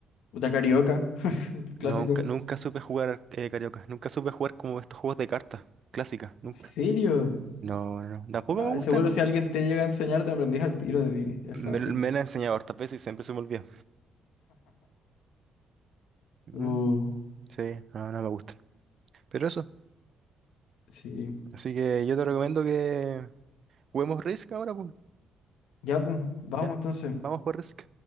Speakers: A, on the left (about 85°); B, on the right (about 50°).
A: Puta carioca, <laughs> el clásico.
B: Nunca, nunca supe jugar eh, carioca, nunca supe jugar como estos juegos de cartas clásicas, nunca.
A: ¿En serio?
B: No, no, no, tampoco
A: Ah,
B: me gustan.
A: seguro si alguien te llega a enseñar, te aprendís al tiro de es
B: Me,
A: fácil.
B: me la han enseñado hartas veces y siempre se me olvida. Mm,
A: Uh,
B: sí, no, no me gustan. Pero eso,
A: sí.
B: así que yo te recomiendo que juguemos Risk ahora, pues.
A: Ya, pues, vamos
B: Ya,
A: entonces.
B: vamos a jugar Risk.